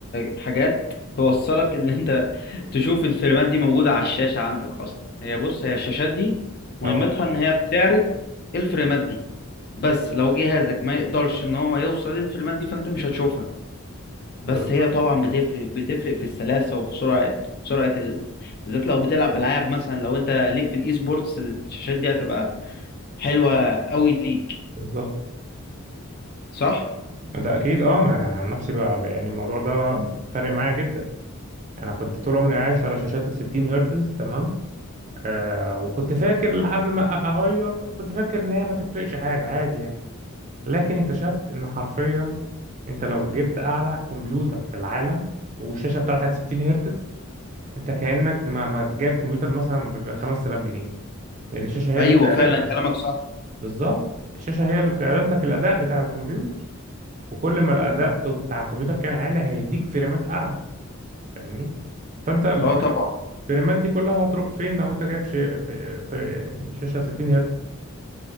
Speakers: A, on the left; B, on the right.
A: حاجات توصلك ان انت <laughs> تشوف الفيلمات دي موجودة على الشاشة عندك اصلا هي بص هي الشاشات دي مهمتها
B: اه
A: ان هي بتعرض الفيلمات دي بس لو جهازك ما يقدرش ان هو يوصل للفيلمات دي فانت مش هتشوفها بس
B: بالظبط
A: هي طبعا بتفرق بتفرق في السلاسة وفي سرعة سرعة ال... بالذات لو بتلعب العاب مثلا لو انت ليك في الاي سبورتس الشاشات دي هتبقى حلوة قوي ليك
B: بالظبط
A: صح
B: ده اكيد اه انا يعني عن نفسي بقى يعني الموضوع ده فارق معايا جدا انا كنت طول عمري عايش على شاشات ال 60 هرتز تمام آه وكنت فاكر قبل ما اغير كنت فاكر ان هي ما تفرقش حاجه عادي يعني لكن اكتشفت ان حرفيا انت لو جبت اعلى كمبيوتر في العالم والشاشه بتاعتك 60 هرتز انت كانك ما ما جايب كمبيوتر مثلا ب 5000 جنيه لان الشاشه هي
A: ايوه
B: اللي بتعرض
A: فعلا
B: لك
A: كلامك صح
B: بالظبط الشاشه هي اللي بتعرض لك الاداء بتاع الكمبيوتر وكل ما الاداء بتو- بتاع الكمبيوتر كان عالي هيديك فريمات اعلى فاهمني فانت
A: اه طبعا
B: الفريمات دي كلها هتروح فين لو انت جايب شي في في... يعني شاشه 60 هرتز